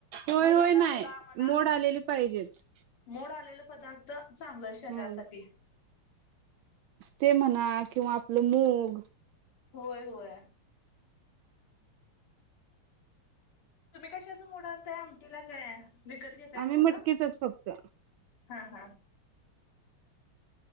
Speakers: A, on the right; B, on the left.
A: होय
B: महिलांना
A: होय नाही
B: सोडा म्हणा
A: मोड आलेली पाहिजेच
B: मोड आलेले पदार्थ तर चांगलं शरीरासाठी
A: हम्म ते म्हणा किंवा आपलं मग
B: होय होय तुम्ही कशा असं मोड आणताय आमटीला काय विकत घेतय
A: आम्ही
B: मोडं
A: मटकीचच फक्त
B: हा हां